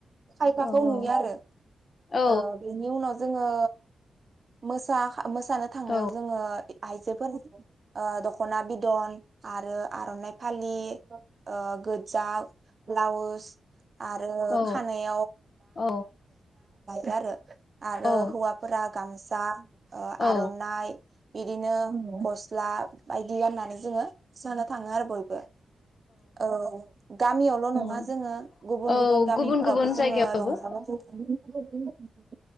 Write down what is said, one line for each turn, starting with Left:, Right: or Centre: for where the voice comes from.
Right: खायफाखौ
Left: औ औ
Right: नुयो आरो
Left: औ
Right: ओ बेनि उनाव जोङो मोसा मोसानो थांनायाव
Left: औ
Right: जोङो <unintelligible> ओ दखना बिदन आरो आर'नाइ फालि ओ गो जा ब्लाउस आरो
Left: औ
Right: खानाय
Left: औ
Right: गारो आरो
Left: औ
Right: हौवा गामसा ओ
Left: औ
Right: आर'नाइ बिदिनो गस्ला बायदि गाननानै जोङो जानो थाङो आरो बयबो औ गामियावल' नङा
Left: औ
Right: जोङो गुबुन
Left: औ
Right: गुबुन गामिफोरावबो
Left: गुबुन
Right: जोङो
Left: जायगायावबो
Right: रंजा बाजा थाङो। <inaudible>